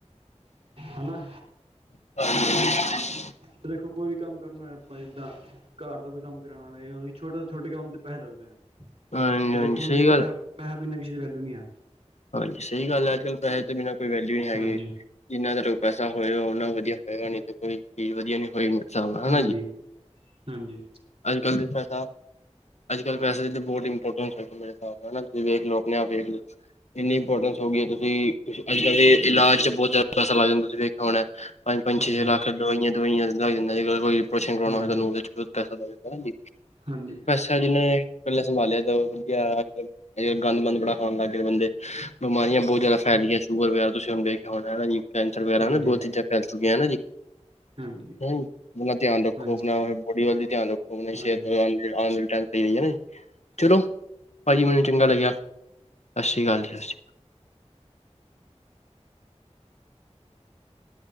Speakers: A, on the right; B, on the left.
A: ਹੈਨਾ।
B: <unintelligible>
A: ਤੇ ਦੇਖੋ ਕੋਈ ਵੀ ਕੰਮ ਕਰਨਾ ਐ ਆਪਾਂ ਜਿੱਦਾਂ ਘਰ ਦਾ ਕੋਈ ਕੰਮ ਕਰਾਣਾ ਹੋਵੇ ਓ ਵੀ ਛੋਟੇ ਤੋਂ ਛੋਟੇ ਕੰਮ ਤੇ ਪੈਸੇ ਲੱਗਦੇ ਨੇ।
B: ਹਾਂਜੀ
A: ਤੇ ਦੇਖੋ
B: ਹਾਂਜੀ
A: ਹੁਣ
B: ਸਹੀ
A: ਪੈਸਾ,
B: ਗੱਲ
A: ਪੈਸੇ ਬਿਨਾਂ ਕਿਸੇ ਦੀ ਵੈਲਯੂ ਨੀ ਹੈ।
B: ਹਾਂਜੀ ਸਹੀ ਗੱਲ ਹੈ, ਅੱਜ ਕੱਲ ਪੈਸੇ ਤੋਂ ਬਿਨਾਂ ਕੋਈ ਵੈਲਿਊ ਨਹੀਂ ਹੈਗੀ।
A: ਹਾਂਜੀ
B: ਜਿੰਨਾ ਕੋਲੋ ਪੈਸਾ ਹੋਏਗਾ ਉਹਨਾ ਵਧੀਆ ਹੋਏਗਾ ਨੀ ਤੇ ਕੋਈ ਚਜ਼ ਵਧੀਆ ਨੀ ਹੋਏਗੀ। ਹੈਨਾ
A: ਹਾਂਜੀ
B: ਜੀ,
A: ਹਾਂਜੀ
B: ਅੱਜ ਕੱਲ ਤੇ ਪੈਸਾ ਅੱਜ ਕੱਲ ਤੇ ਪੈਸੈ ਦੀ ਤਾਂ ਬਹੁਤ ਇੰਪੋਰਟਾਂਸ ਹੋਈ ਪੀ ਮੇਰੇ ਹਿਸਾਬ ਨਾਲ ਹੈਨਾ ਤੁਸੀਂ ਵੇਖ ਲੋ ਅਪਣੇ ਆਪ ਵੇਖ ਲੋ। ਇੰਨੀ ਇੰਪੋਰਟੈਂਸ ਹੋ ਗਈ ਹੈ ਤੁਸੀਂ ਅੱਜ ਕੱਲ ਦੇ ਇਲਾਜ਼ ਚ ਬਹੁਤ ਜ਼ਿਆਦਾ ਪੈਸਾ ਲੱਗ ਜਾਂਦਾ ਤੁਸੀਂ ਵੇਖਿਆ ਹੋਣਾ ਪੰਜ- ਪੰਜ
A: ਹਾਂਜੀ
B: ਛੇ- ਛੇ ਲੱਖ। ਦਵਾਈਆਂ ਦਵਾਈਆਂ ਲਗਾਈ ਦਿੰਦਾ ਜਈ ਰੇਸ਼ਨ ਕਰਵਾਉਣਾਹਾਨੂੰ
A: ਹਾਂਜੀ
B: ਉਹਦੇ ਪਸਾ ਲੱਦਾੈੇ
A: ਹਾਂਜੀ ਹਾਂਜੀ
B: <inaudible> ਅੱਛਾ ਜਿਹਨੇ ਇਕੱਲਲਾ ਸੰਭਾਲਿਆ, ਤਾਂ ਵਧੀਆ ਗੰਦ- ਮੰਦ ਬੜਾ ਖਾਣ ਲੱਗ ਗਏ ਬੰਦੇ। ਬਿਮਾਰੀਆਂ ਬਹੁਤ ਜ਼ਿਆਦਾ ਫੈਲ ਗਈਆ। ਸ਼ੂਗਰ ਵਗ਼ੈਰਾ, ਤੁਸੀਂ ਹੁਣ ਦੇਖੇਆ ਹੋਣਾ ਹੈਨਾ ਜੀ, ਕੈਂਸਰ
A: ਹਾਂਜੀ
B: ਵਗੈਰਾ, ਹੈਨਾ ਬਹੁਤ ਚੀਜ਼ਾਂ। ਫੈਲ ਚੁੱਕਿਆ ਹੈਨਾ ਜੀ।
A: ਹਾਂਜੀ
B: ਆਪਣਾ ਧਿਆਨ ਰੱਖੋ,
A: ਹਾਂਜੀ
B: ਆਪਣਾ ਬੋਡੀ ਵੱਲ ਵੀ ਧਿਆਨ ਰੱਖੋ। ਭਨ <inaudible>
A: ਹਾਂਜੀ
B: ਜੇੜਾ ਆਉਣ ਵਾਲ ਟਾਈਮ- ਐਹੀ ਹੈ ਨਾ ਜੀ, ਚਲੋ ਭਾਜੀ ਮੈਨੂੰ ਚੰਗਾ ਲੱਗਿਆ। ਸਤਿ ਸ੍ਰੀ ਅਕਾਲ ਜੀ। ਅੱਛਾ।